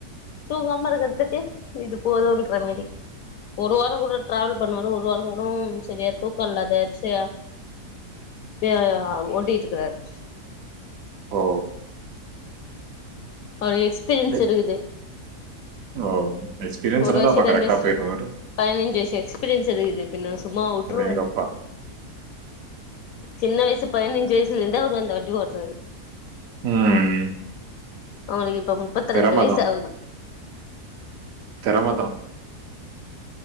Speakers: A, on the left (about 70°); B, on the right (about 65°).
A: தூங்காம்ம இருக்கிறதுக்கு இது போதுன்ற மேரி ஒரு வார கூட டிராவல் பண்ணுவாரு ஒரு வார கூட சரியா தூக்க இல்லாத அட்ச்சியா எ ஆ ஓடிட்டிருக்கார்
B: ஓ
A: ஒரு எக்ஸ்பீரியன்ஸ்
B: எ
A: இருக்குது
B: ஓ எக்ஸ்பீரியன்ஸ்
A: ஒரு
B: இருந்தா
A: வயசு
B: அப்ப
A: ரெண்டு
B: கரெக்ட்டா
A: வயசு
B: போயிருவாரு.
A: பதினஞ்சு வயசு எக்ஸ்பீரியன்ஸ் இருக்குது பின்ன சும்மாவா விட்ருவாரு
B: அடேங்கப்பா!
A: சின்ன வயசு பதினைஞ்சு வயசு இருந்து அவரு அந்த வண்டி ஓட்டுறாரு
B: ம்
A: அவங்களுக்கு இப்ப முப்பத்தி
B: திறம
A: ரெண்டு வயசு ஆகுது
B: திறமதா